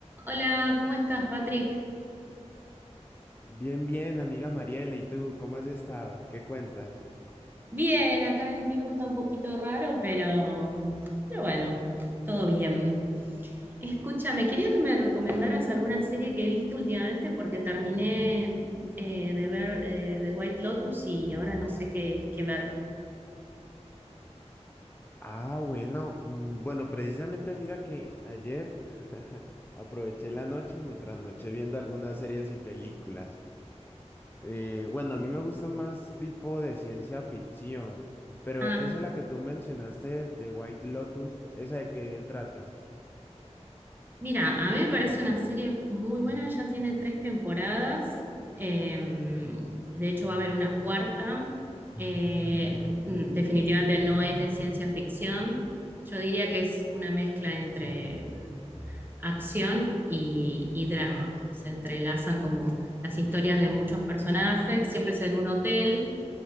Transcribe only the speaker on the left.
Bien, bien, amiga Mariela, ¿y tú cómo has estado? ¿Qué cuentas?
Ah, bueno, mm, bueno, precisamente mira que ayer <laughs> aproveché la noche, me trasnoché viendo algunas series y películas. Eh, bueno, a mí me gusta más tipo de ciencia ficción, pero
esa la que tú mencionaste de White Lotus, ¿esa de qué trata?